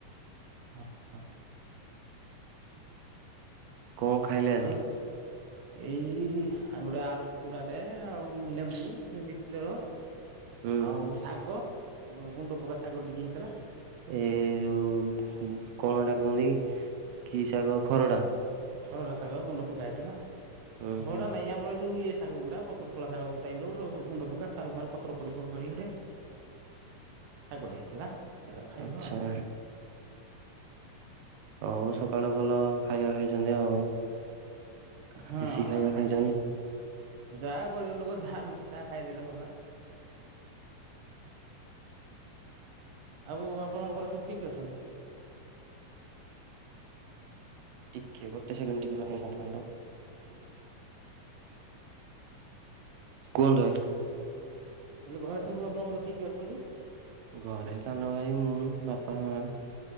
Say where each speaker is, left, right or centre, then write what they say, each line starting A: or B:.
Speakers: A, on the right; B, on the right.
A: ହ ହ
B: କଣ ଖାଇଲେ ଆଜି
A: ଆଉ ଏଇ ଆଉ ଗୋଟେ ଆଳୁ ପୋଡାଟେ ଆଉ ଲେମ୍ବୁ ମିକ୍ଚର
B: ହୁଁ
A: ଆଉ ଶାଗ। ଗୁଣ୍ଡ ପକା ଶାଗର ଟିକେ ହେଇଥିଲା।
B: ଏ ଯୋଉ ଊ କଣ ଟା କୁହନ୍ତି କି ଶାଗ ଖରଡା।
A: ଖଡରା ସାଗ ଗୁଣ୍ଡ ପକା ହେଇଥିଲା।
B: ହୁଁ
A: ଖଡା
B: ହୁଁ
A: ନାଇ ଆମର ଯୋଉ ଇଏ ଶାଗ ଗୁଡ଼ା ପତ୍ର ତୋଳା ଶାଗ ଟାଇପର ଗୋଟେ ଗୁଣ୍ଡ ପକା ସାରୁ ଫାରୁ ପତ୍ର ପ ପ୍ ପଡି ଗୋଟେ ସାଗଟେ ହେଇଥିଲା। ସେଟା ଖାଇଲୁ
B: ଆଚ୍ଛା।
A: ଆଉ।
B: ହଉ ସକାଳୁ ଭଲ ଖାଇବା ଖାଇଛନ୍ତି ଆଉ।
A: ହଁ
B: ଦେଶୀ ଖାଇବା ଖାଇଛନ୍ତି।
A: ଯାହା ଗରିବ ଲୋକ ଯାହା ମିଳୁଛି ତାହା ଖାଇଦେଲେ ଗଲା। ଆଉ ଆପଣଙ୍କ ଘରେ ସବୁ କିଏ କିଏ ଅଛନ୍ତି?
B: ଟିକେ ଗୋଟେ ସେକେଣ୍ଡ ଟିକେ ଲାଇନରେ ଥାଆନ୍ତୁ। କୁହନ୍ତୁ ଭାଇ।
A: ବଲେ ଘରେ ସବୁ ଆପଣଙ୍କର କିଏ କିଏ ଅଛନ୍ତି।
B: ଘରେ ସାନ ଭାଇ ମୁଁ ବାପା ମା